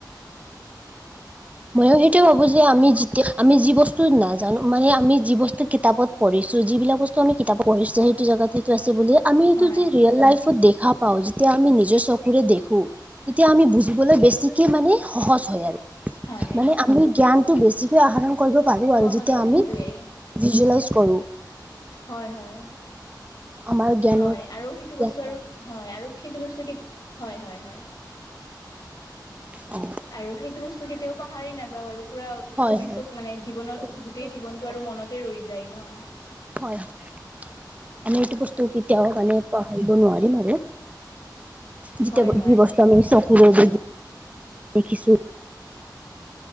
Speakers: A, on the right (about 20°); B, on the left (about 55°).
A: মইও সেইটোৱে ভাবো যে আমি যেতিয়া আমি যি বস্তু নাজানো মানে আমি যি বস্তু কিতাপত। পঢ়িছো যিবিলাক বস্তু আমি কিতাপত পঢ়িছো সেইটো জেগাত সেইটো আছে বুলি আমি এইটো
B: হয়
A: ৰিয়েল লাইফত দেখা পাওঁ যেতিয়া আমি নিজৰ চকুৰে দেখো তেতিয়া আমি বুজিবলৈ বেছিকে মানে সহজ হয় আৰু।
B: হয়
A: মানে আমি জ্ঞানতটো বেছিকৈ আহৰণ কৰিব পাৰো
B: সহজ
A: আৰু যেতিয়া
B: হয়
A: আমি।
B: সেইটোৱে
A: ভিজুৱেলাইজ কৰোঁ।
B: হয়, হয়,
A: আমাৰ জ্ঞানৰ
B: হয় আৰু সেইটো
A: জ্ঞান
B: বস্তু আৰু।
A: বাঢ়ে
B: হয় আৰু সেইটো বস্তু কি হয়, হয়, হয়।
A: অ।
B: আৰু সেইটো বস্তু কেতিয়াও পাহাৰী নাযাওঁ আৰু পুৰা
A: হয়
B: ভৱিষ্যত
A: হয়
B: মানে জীৱনৰ
A: ভৱিষ্যত
B: গোটেই জীৱন। ত
A: অ
B: আৰু মনতে ৰৈ যায় ন।
A: হয় হয় আমি এইটো বস্তু কেতিয়াও মানে পাহৰিব নোৱাৰিম আৰু। যেতিয়া
B: হয় হয়
A: যি বস্তু আমি চকুৰে দেখিছো।